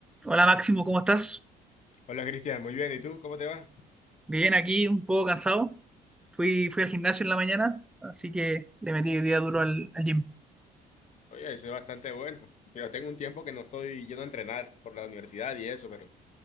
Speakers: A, in the centre; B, on the left.
A: Hola Máximo, ¿cómo estás?
B: Hola Cristian, muy bien. ¿Y tú? ¿Cómo te va?
A: Bien, aquí un poco cansado. Fui, fui al gimnasio en la mañana, así que le metí el día duro al, al gym.
B: Oye, eso es bastante bueno. Yo tengo un tiempo que no estoy yendo a entrenar por la universidad y eso, pero